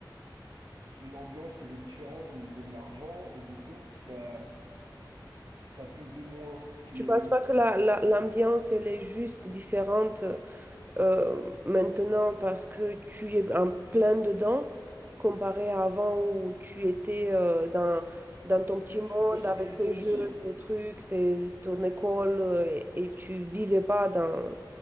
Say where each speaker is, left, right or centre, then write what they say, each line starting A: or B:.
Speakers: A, on the right; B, on the right.
A: une ambiance qui était différente au niveau de l'argent et du coup que ça ça pesait moins, qu'il
B: Tu
A: y
B: penses
A: avait
B: pas que la, la- l'ambiance, elle est juste différente euh, maintenant parce que tu es en plein dedans comparé à avant où tu étais euh, dans, dans ton petit
A: c'est
B: monde
A: une possibilité
B: avec tes
A: aussi.
B: jeux, tes trucs, tes, ton école euh, et, et tu vivais pas dans,